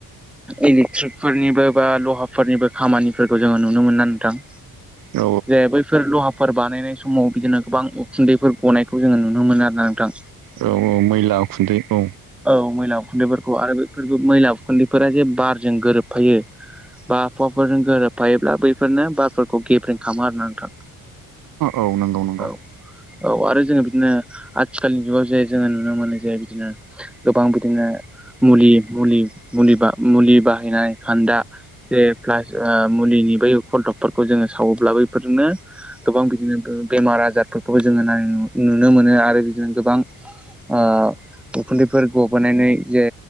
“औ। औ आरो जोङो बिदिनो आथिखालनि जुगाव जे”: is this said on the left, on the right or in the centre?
Centre